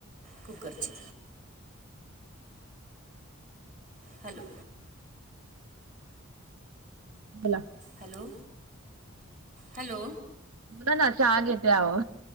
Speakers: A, on the right; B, on the right.
A: कुकरची. हॅलो
B: बोला
A: हॅलो हॅलो
B: बोला ना चहा घेते अहो.